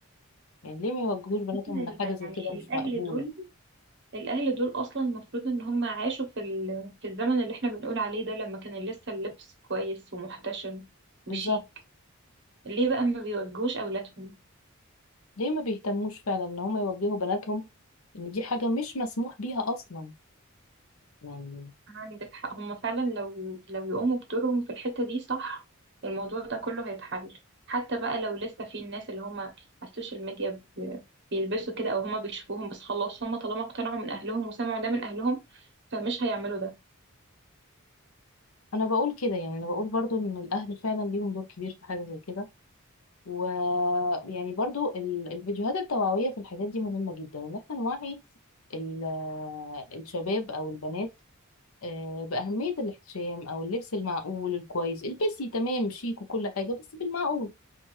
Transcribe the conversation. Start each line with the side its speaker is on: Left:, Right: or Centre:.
Left: يعني ليه ما يوجهوش بناتهم
Right: ال-
Left: إن حاجة زي
Right: يعني
Left: كده مش
Right: الأهل
Left: مقبولة
Right: دول الأهل دول أصلا المفروض إن هما عاشوا في ال... في الزمن اللي إحنا بنقول عليه ده لما كان لسه اللبس كويس ومحتشم وشيك
Left: بالظبط
Right: ليه بقى ما بيوجهوش أولادهم
Left: ليه ما بيهتموش فعلا إن هم يوجهوا بناتهم إن دي حاجة مش مسموح بيها أصلا يعني
Right: عندك حق هم فعلا لو لو يقوموا بدورهم في الحتة دي صح الموضوع ده كله هيتحل حتى بقى لو لسه في الناس اللي هم على السوشيال ميديا ب- بيلبسوا كده او هم بيشوفوهم بس خلاص هم طالما اقتنعوا من اهلهم وسمعوا ده من اهلهم فمش هيعملوا ده
Left: أنا بقول كده يعني أنا بقول برضو إن الأهل فعلا ليهم دور كبير في حاجة زي كده ويعني برضو ال- الفيديوهات التوعوية في الحاجات دي مهمة جدا إن إحنا نوعي ال- الشباب أو البنات آه، بأهمية الاحتشام أو اللبس المعقول الكويس البسي تمام شيك وكل حاجة بس بالمعقول